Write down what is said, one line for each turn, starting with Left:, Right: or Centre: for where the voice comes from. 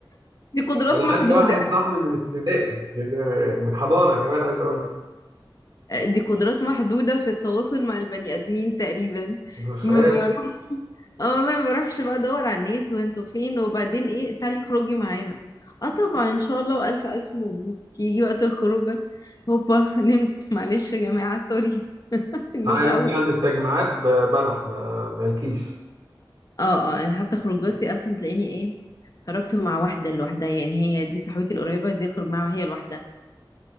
Left: دي قدرات
Right: ده انا
Left: محدودة
Right: عندي واحد صاحبي من ابتدائي من من حضانه كمان عايز اقول لك
Left: دي قدرات محدودة في التواصل مع البني آدمين تقريبا
Right: ده مش
Left: ما
Right: عارف
Left: بروحش اه والله ما بروحش بقى ادور على الناس وانتوا فين وبعدين ايه تعالي خروجي معانا اه طبعا ان شاء الله والف الف مبروك يجي وقت الخروجه هوبا نمت معلش يا جماعة سوري <laughs> النوم
Right: اه يعني
Left: قوي
Right: انت عند التجمعات ب- بلح ما مالكيش
Left: اه اه يعني حتى خروجاتي اصلا تلاقيني ايه خرجت مع واحدة لوحدها يعني هي دي صاحبتي القريبة دي اخرج معاها وهي لوحدها